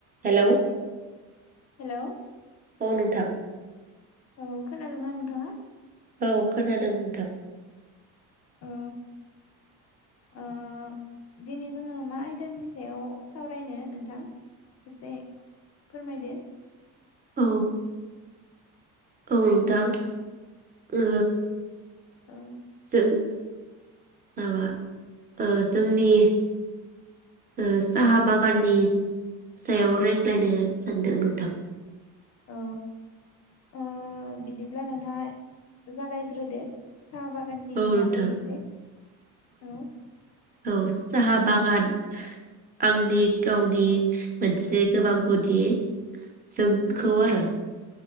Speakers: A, on the right; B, on the left.
A: Hello
B: hello
A: औ नोंथां
B: औ। खोनादोंना नोंथाङा।
A: औ खोनादों नोंथां।
B: ओ ओ दिनै जोङो मा आयदानि सायाव सावरायनो नोंथां एसे फोरमायदो।
A: औ औ नोंथां ओ
B: औ
A: जों माबा ओ जोंनि ओ साहा बागाननि सायाव रायज्लायनो सानदों नोंथां।
B: औ ओ बिदिब्ला नोंथाङा जागायग्रोदो साहा बागाननि
A: औ नोंथां
B: बागै एसे औ।
A: औ साहा बागान आंनि गावनि मोनसे गोबां गुदि जोंखौ
B: उम
A: आरो